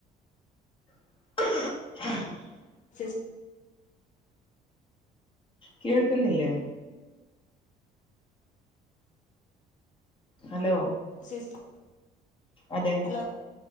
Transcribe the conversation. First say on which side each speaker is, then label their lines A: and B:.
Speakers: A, on the left (about 30°); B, on the left (about 45°).
A: <inaudible>
B: സിസ്റ്റ
A: കേൾക്കുന്നില്ലേ ഹലോ
B: സിസ്-
A: അതെ
B: ഹലോ